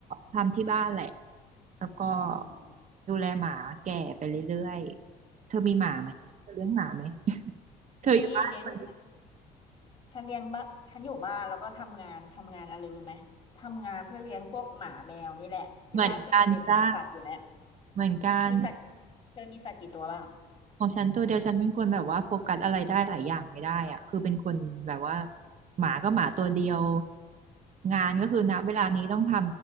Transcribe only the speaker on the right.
ทำที่บ้านแหละแล้วก็
ดูแลหมาแก่ไปเรื่อยๆเธอมีหมาไหมเธอเลี้ยงหมาไหม <laughs> เธออยู่บ้านคนเดียว
เหมือนกันจ้าเหมือนกัน
ของฉันตัวเดียวฉันเป็นคนแบบว่าโฟกัสอะไรได้หลายอย่างไม่ได้อะคือเป็นคนแบบว่าหมาก็หมาตัวเดียวงานก็คือณเวลานี้ต้องท